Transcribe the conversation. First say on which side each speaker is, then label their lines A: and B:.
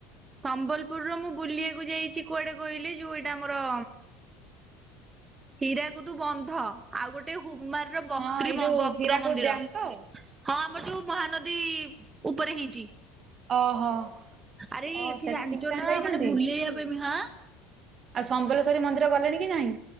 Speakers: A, on the right (about 20°); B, on the right (about 40°).
A: ସମ୍ବଲପୁରର ମୁଁ ବୁଲିବାକୁ ଯାଇଚି କୁଆଡେ କହିଲି ଯୋଉ ଏଇଟା ଆମର ହୀରାକୁଦୁ ବନ୍ଧ। ଆଉ ଗୋଟେ ହୁମାରର ବକ୍ରିମ
B: ହଁ ଏଇ ଯୋଉ
A: ବକ୍ର
B: ହୀରାକୁଦ
A: ମନ୍ଦିର।
B: ଡ୍ୟାମ ତ?
A: ହଁ ଆମର ଯୋଉ ମହାନଦୀ ଇ ଉପରେ ହେଇଚି।
B: ଓହୋ
A: ଆରେ
B: ଓ
A: ଏଠି
B: ସେଠିକି
A: ଜାଣିଚ
B: ତାହେଲେ
A: ନା
B: ଯାଇଛନ୍ତି?
A: ମାନେ ବୁଲେଇବା ପାଇଁ ବି ହାଁ
B: ଆଉ ସମ୍ବଲେଶ୍ୱରୀ ମନ୍ଦିର ଗଲେଣି କି ନାଇଁ?